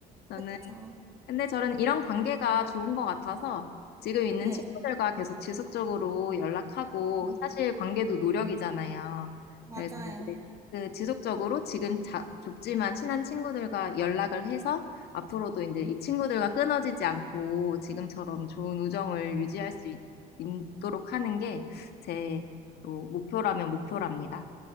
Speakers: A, on the left; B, on the right.
A: 저는
B: 그쵸.
A: 근데 저는 이런 관계가 좋은 것 같아서 지금 있는
B: 네.
A: 친구들과 계속 지속적으로 연락하고
B: 음,
A: 사실 관계도 노력이잖아요.
B: 맞아요.
A: 그래서 이제 그 지속적으로 지금 자, 좁지만 친한 친구들과 연락을 해서 앞으로도 이제 이 친구들과 끊어지지 않고 지금처럼 좋은 우정을 유지할 수 있, 도록 하는 게 제 목표라면 목표랍니다.